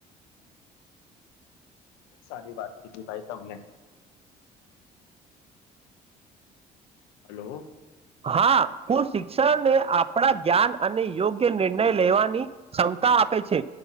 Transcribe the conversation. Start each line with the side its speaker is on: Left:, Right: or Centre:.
Left: ખુબ સારી વાત કીધી ભાઈ તમને. હલો.
Right: હા હું શિક્ષણને આપણા જ્ઞાન અને યોગ્ય નિર્ણય લેવાની ક્ષમતા. આપે છે